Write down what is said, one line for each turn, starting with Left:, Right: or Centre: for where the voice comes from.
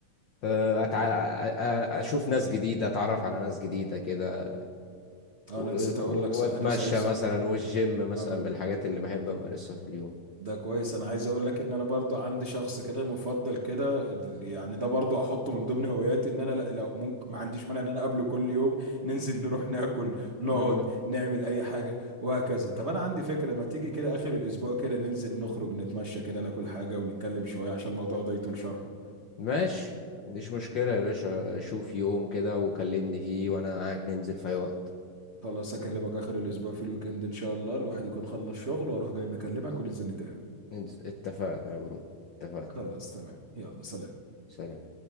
Left: آه، أتع...
Right: تمام
Left: أ- أ- اشوف ناس جديده اتعرف على ناس جديده كده
Right: اه
Left: و...
Right: انا نسيت اقول لك صح.
Left: واتمشى
Right: انا سايس
Left: مثلا والجيم مثلا
Right: اه
Left: من الحاجات اللي بحب امارسها في اليوم
Right: ده كويس انا عايز اقول لك ان انا برضو عندي شخص كده مفضل كده يعني ده برضو احطه من ضمن هواياتي ان انا لا لو ممكن ما عنديش مانع ان انا اقابله كل يوم ننزل <laughs> نروح ناكل نقعد
Left: امم
Right: نعمل اي حاجه وهكذا طب انا عندي فكره ما تيجي كده اخر الاسبوع كده ننزل نخرج نتمشى كده ناكل حاجه ونتكلم شويه عشان الموضوع ده يطول شرحه
Left: ماشي ما عنديش مشكله يا باشا شوف يوم كده وكلمني فيه وانا معاك ننزل في اي وقت
Right: خلاص اكلمك اخر الاسبوع في الويك اند ان شاء الله الواحد يكون خلص شغل واروح جاي مكلمك وننزل نتقابل
Left: ننزل اتفقنا يا برو اتفقنا
Right: خلاص تمام يلا سلام
Left: سلام